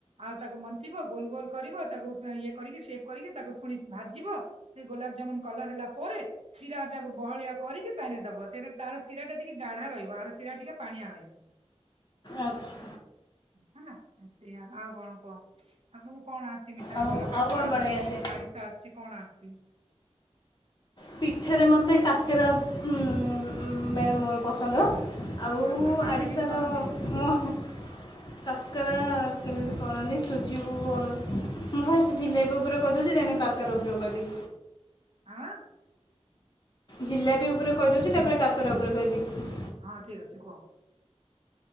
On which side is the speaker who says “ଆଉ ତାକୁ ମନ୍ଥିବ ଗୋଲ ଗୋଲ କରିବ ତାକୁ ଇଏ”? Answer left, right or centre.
Right